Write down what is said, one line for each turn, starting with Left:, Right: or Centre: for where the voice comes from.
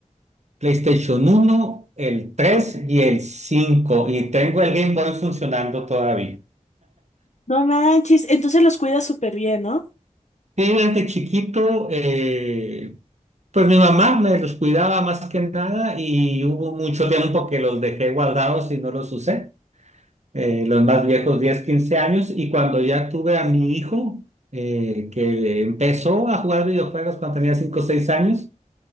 Right: PlayStation uno, el 3 y el cinco Y tengo el Game Boy funcionando todavía.
Left: No manches, entonces los cuidas súper bien, ¿no?
Right: Sí, desde chiquito, eh, pues mi mamá me los cuidaba más que nada y hubo mucho tiempo que los dejé guardados y no los usé, eh, los más viejos diez, quince años y cuando ya tuve a mi hijo, eh, que empezó a jugar videojuegos cuando tenía 5 o 6 años,